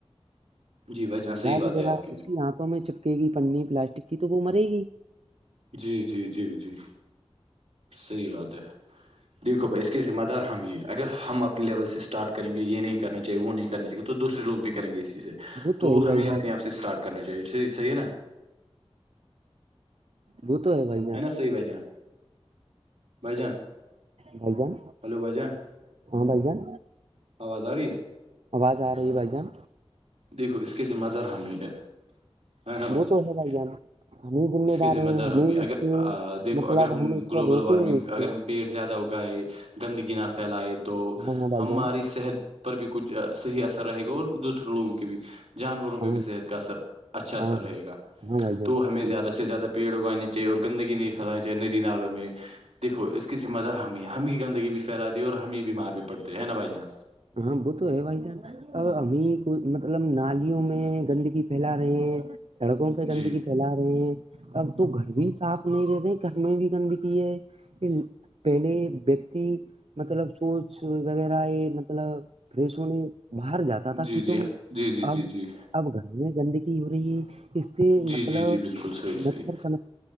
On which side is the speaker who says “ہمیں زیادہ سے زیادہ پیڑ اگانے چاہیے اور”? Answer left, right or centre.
Right